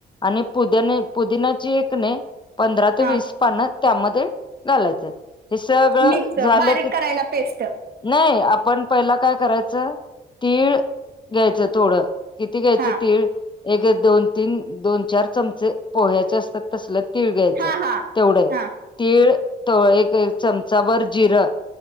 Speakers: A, on the left (about 25°); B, on the right (about 50°).
A: आणि पुदयाने पुदिनाची ये किनाय पंधरा ते
B: हा
A: वीस पान त्यामध्य घालायचं हे सगळं
B: मिक्स
A: झालं
B: बारीक
A: की,
B: करायला पेस्ट
A: नाही आपण पहिला काय करायचं तीळ घ्यायचं थोडं किती घ्यायचं
B: हा
A: तीळ एक दोन तीन दोन चार चमच पोह्याचे असतात तसल तीळ घ्यायचं
B: हा हा
A: तेवढं
B: हा
A: तीळ एक चमचाभर जिरं